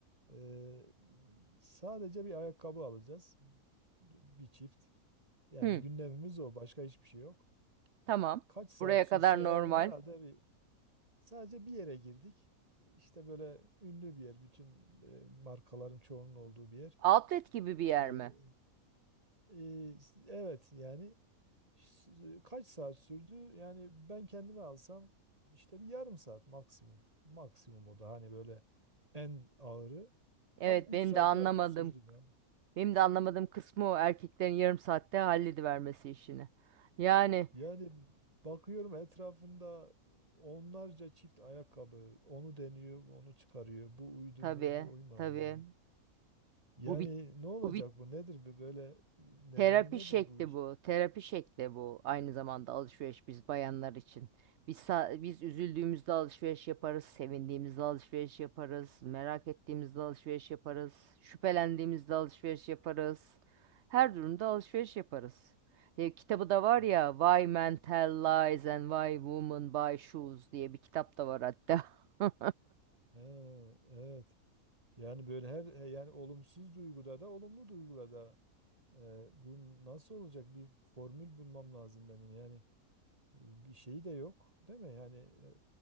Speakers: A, on the right; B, on the right.
A: Ee, sadece bir ayakkabı alacağız. Bir çift. Yani
B: Hı,
A: gündemimiz o. Başka hiçbir şey yok.
B: tamam.
A: Kaç saat
B: Buraya
A: sürse
B: kadar normal.
A: yani herhalde bir sadece bir yere girdik. İşte böyle ünlü bir yer. Bütün e, markaların çoğunun olduğu bir yer.
B: Outlet gibi bir yer
A: Ee,
B: mi?
A: e, evet yani s- kaç saat sürdü? Yani ben kendime alsam işte bir yarım saat maksimum. Maksimum o da hani böyle en ağırı.
B: Evet,
A: Tam 3
B: benim
A: saate
B: de anlamadığım,
A: yakın sürdü ya.
B: benim de anlamadığım kısmı o erkeklerin yarım saatte halledivermesi işini. Yani
A: Yani bakıyorum etrafında onlarca çift ayakkabı. Onu deniyor, onu çıkarıyor. Bu uydu
B: tabii,
A: mu, bu uymadı
B: tabii.
A: mı? Yani
B: Bu bir
A: ne olacak
B: bu bir
A: bu? Nedir bu böyle nedeni
B: Terapi
A: nedir
B: şekli
A: bu işin?
B: bu. Terapi şekli bu. Aynı zamanda alışveriş biz bayanlar için. Biz sa- biz üzüldüğümüzde alışveriş yaparız, sevindiğimizde alışveriş yaparız, merak ettiğimizde alışveriş yaparız, şüphelendiğimizde alışveriş yaparız. Her durumda alışveriş yaparız. E, kitabı da var
A: Hı hı.
B: ya Why Men Tell Lies and Why Women Buy Shoes diye bir kitap da var hatta. <laughs>
A: He, evet. Yani böyle her he, yani olumsuz duyguda da olumlu duyguda da e, bu nasıl olacak? Bir formül bulmam lazım benim. Yani e, bir şeyi de yok, değil mi? Yani e,